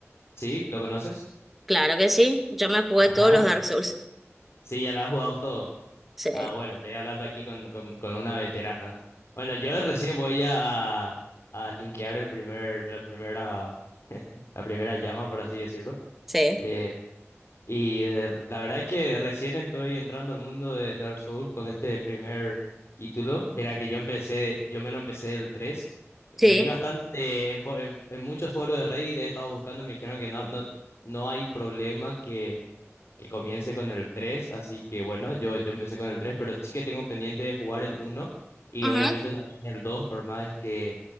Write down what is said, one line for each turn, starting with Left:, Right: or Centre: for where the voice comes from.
Left: ¿sí? ¿Lo conoces?
Centre: claro que sí, yo me jugué
Left: Ajá.
Centre: todos los Dark Souls.
Left: Sí, ya lo has jugado todo.
Centre: Sí,
Left: Ah, bueno, estoy hablando aquí con, con, con una veterana. Bueno, yo recién voy a, a linkear el primer, la primera, <laughs> la primera llama, por así decirlo.
Centre: sí,
Left: Eh, Y eh, la verdad es que recién estoy entrando al mundo de Dark Souls con este primer título. Mira que yo empecé, yo me lo empecé del tres Leí
Centre: sí.
Left: bastante en, fo- en- en muchos foros de Reddit, he estado buscando y me dijeron que no, no, no hay problema que, que comience con el tres Así que bueno, yo, yo empecé con el tres pero sí que tengo pendiente de jugar el uno y
Centre: Ujú.
Left: obviamente también el dos por más que